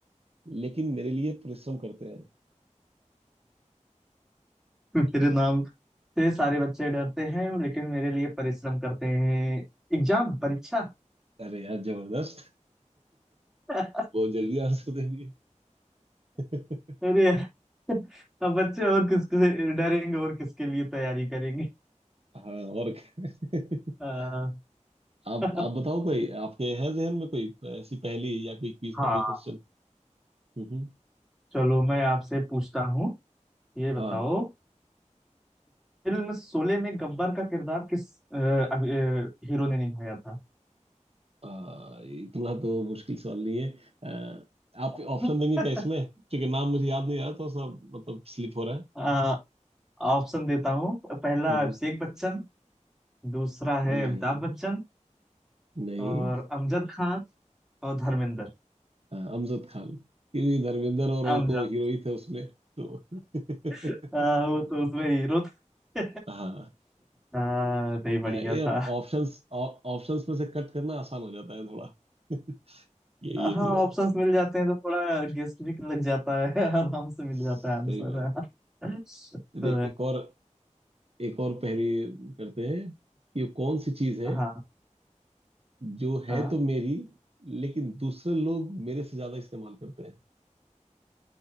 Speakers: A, on the right; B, in the centre.
A: लेकिन मेरे लिए परिश्रम करते हैं
B: मेरे <laughs> नाम से सारे बच्चे डरते हैं लेकिन मेरे लिए परिश्रम करते हैं एग्जाम परीक्षा
A: <laughs> अरे यार जबरदस्त
B: <laughs>
A: बहुत जल्दी आंसर दे दिए <laughs>
B: अरे यार, अब बच्चे और किसके से डरेंगे और किसके लिए तैयारी करेंगे
A: हाँ और क्या?
B: अह,
A: <laughs> आप
B: <laughs>
A: आप बताओ कोई आपके है जहन में कोई ऐसी पहेली या कोई क्विज
B: हाँ
A: का कोई क्वेश्चन हम्म
B: चलो मैं आपसे पूछता हूँ ये बताओ
A: हाँ
B: फिल्म शोले में गब्बर का किरदार किस अ, अभ- अ, हीरो ने निभाया था
A: आ, इतना तो मुश्किल सवाल नहीं है आ, आप
B: <laughs>
A: ऑप्शन देंगे क्या इसमें क्योंकि नाम मुझे याद नहीं आ रहा तो सब मतलब स्लिप हो रहा है
B: अह, ऑप्शन देता हूँ पहला
A: हम्म,
B: अभिषेक बच्चन दूसरा
A: नहीं
B: है अमिताभ बच्चन
A: नहीं
B: और अमजद खान और धर्मेंद्र
A: आ, अमजद खान क्योंकि धर्मेंद्र और वो
B: अमजद
A: तो हीरो ही थे उसमें तो <laughs>
B: अह, वो तो उसमें हीरो <laughs>
A: हाँ
B: हाँ नहीं बढ़िया
A: अ, ये
B: था
A: ऑप्शंस ऑप्शंस में से कट करना आसान हो जाता है थोड़ा <laughs> ये ये
B: हाँ
A: नहीं होगा
B: ऑप्शंस मिल जाते हैं तो थोड़ा गेस्ट भी लग जाता है <laughs> आराम से मिल
A: सही
B: जाता है आंसर
A: बात
B: तो
A: चलिए एक और एक और पहेली करते हैं कि कौन सी चीज है
B: हाँ
A: जो है
B: हाँ
A: तो मेरी लेकिन दूसरे लोग मेरे से ज्यादा इस्तेमाल करते हैं